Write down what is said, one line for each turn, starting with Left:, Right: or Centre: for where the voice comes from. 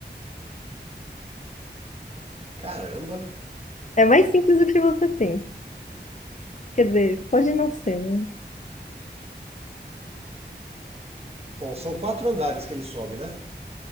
Right: Caramba.
Left: É mais simples do que você tem. Quer dizer, pode não ser, né?
Right: Bom, são quatro andares que ele sobe, né?